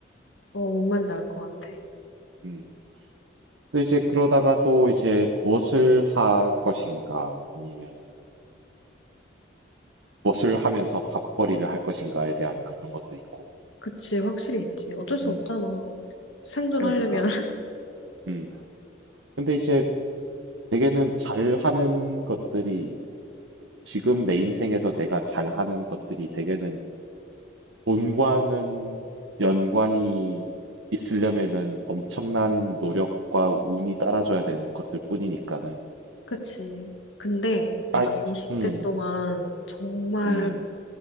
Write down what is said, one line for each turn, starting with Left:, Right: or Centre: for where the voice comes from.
Left: 어, 뭔 말인지 알 것 같아.
Right: 음. 근데 이제 그러다가 또 이제 무엇을 할 것인가 아니면은 무엇을 하면서 밥벌이를 할 것인가에 대한 그런 것도 있고.
Left: 그치, 확실히 있지. 어쩔 수
Right: 음.
Left: 없잖아. 생존하려면.
Right: 그러니까. 음. 근데 이제 대개는 잘하는 것들이 지금 내 인생에서 내가 잘하는 것들이 대개는 본과는 연관이 있으려면은 엄청난 노력과 운이 따라줘야 되는 것들 뿐이니까는.
Left: 그치. 근데 내가
Right: 아,
Left: 20대
Right: 음,
Left: 동안 정말
Right: 음.